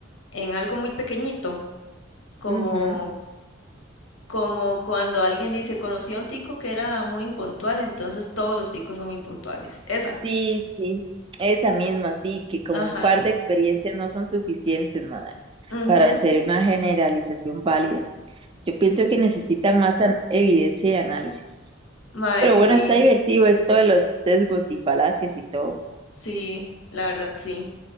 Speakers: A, on the left; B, on the right.
A: en algo muy pequeñito, como
B: Ujú.
A: como cuando alguien dice, conocí a un tico que era muy impuntual, entonces todos los ticos son impuntuales. Esa.
B: Sí, sí. Esa misma, sí, que con
A: Ajá.
B: un par de experiencias no son suficientes, madre,
A: ujú.
B: para hacer una generalización válida. Yo pienso que necesita más an- evidencia y análisis.
A: Mae,
B: Pero
A: sí,
B: bueno, está divertido esto de los sesgos y falacias y todo.
A: sí, la verdad sí.